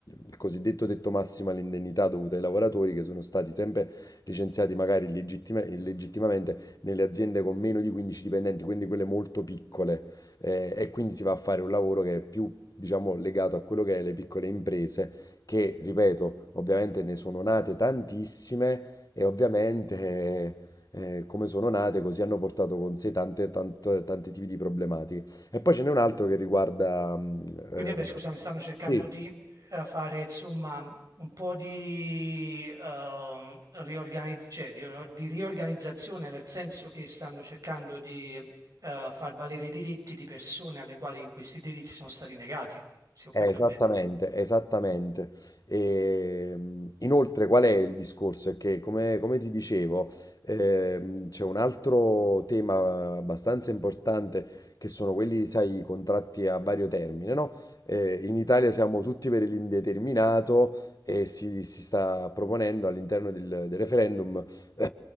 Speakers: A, on the left; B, on the right.
A: il cosiddetto tetto massimo all'indennità dovuta ai lavoratori che sono stati sempre licenziati magari illegittima- illegittimamente nelle aziende con meno di 15 dipendenti, quindi quelle molto piccole. Eh, e quindi si va a fare un lavoro che è più, diciamo, legato a quello che è le piccole imprese, che, ripeto, ovviamente ne sono nate tantissime e ovviamente... eh, eh, come sono nate, così hanno portato con sé tante, tante- tanti tipi di problematiche. E poi ce n'è un altro che riguarda... mm,
B: Quindi,
A: eh,
B: vabbè, scusami, stanno cercando
A: sì,
B: di eh, fare, insomma, un po' di, ehm, riorganizz- cioè, di, di riorganizzazione, nel senso che stanno cercando di eh, far valere i diritti di persone alle quali questi diritti sono stati negati, se ho
A: eh,
B: capito
A: esattamente,
B: bene.
A: esattamente. E, mm, inoltre, qual è il discorso? È che, come, come ti dicevo, ehm, c'è un altro tema abbastanza importante che sono quelli, sai, i contratti a vario termine, no? Eh, in Italia siamo tutti per l'indeterminato e si, si sta proponendo all'interno del del referendum <clears throat>